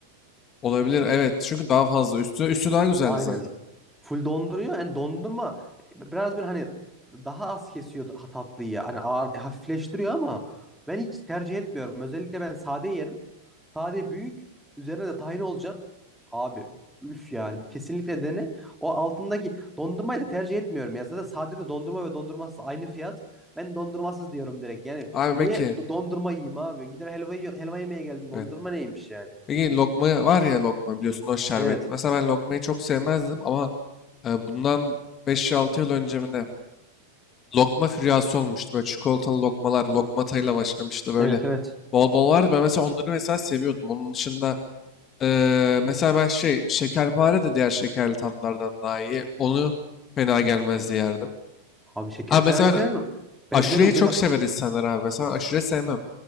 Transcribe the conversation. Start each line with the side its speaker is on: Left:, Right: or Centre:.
Left: Olabilir evet çünkü daha fazla üstü üstü daha güzeldi
Centre: Aynen.
Left: zaten.
Centre: Full donduruyor. Yani dondurma biraz böyle hani daha az kesiyor ta- tatlıyı. Hani ağır, hafifleştiriyor ama ben hiç tercih etmiyorum. Özellikle ben sade yerim. Sade büyük. Üzerine de tahin olacak. Abi üf yani. Kesinlikle dene. O altındaki dondurmayı da tercih etmiyorum. Ya zaten sade de dondurma ve dondurmasız aynı fiyat. Ben dondurmasız diyorum direkt. Yani
Left: Abi
Centre: niye
Left: peki
Centre: dondurma yiyeyim abi? Gider helva, yiyor- helva yemeye geldim. Dondurma
Left: evet.
Centre: neymiş yani?
Left: Peki lokma var ya lokma biliyorsun o şerbet.
Centre: Evet.
Left: Mesela ben lokmayı çok sevmezdim ama e, bundan 5 altı yıl önce mi ne? lokma füryası olmuştu. Böyle çikolatalı lokmalar, lokmatayla başlamıştı böyle.
Centre: Evet evet.
Left: Bol bol vardı. Ben mesela onları mesela seviyordum. Onun dışında eee, mesela ben şey şekerpare de diğer şekerli tatlılardan daha iyi. Onu fena gelmezdi yerdim.
Centre: Abi şekerpareler
Left: Ha mesela ben
Centre: mi? Benzeri
Left: aşureyi
Centre: o
Left: çok
Centre: bir de
Left: sever insanlar abi. Mesela aşure sevmem.